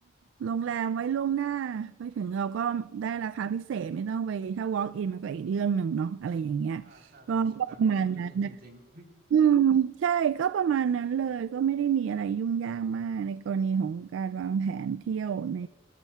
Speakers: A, on the right; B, on the right.
A: โรงแรมไว้ล่วงหน้าไปถึงเราก็ได้ราคาพิเศษไม่ต้องไปถ้า walk in มันก็อีกเรื่องหนึ่งเนาะอะไรอย่างเงี้ย
B: ใช่ใช่จากประสบการณ์ก็หลักเรื่องหนึ่งจริงๆ
A: ก็ก็ประมาณนั้นนะอืมใช่ก็ประมาณนั้นเลยก็ไม่ได้มีอะไรยุ่งยากมากในกรณีของการวางแผนเที่ยวใน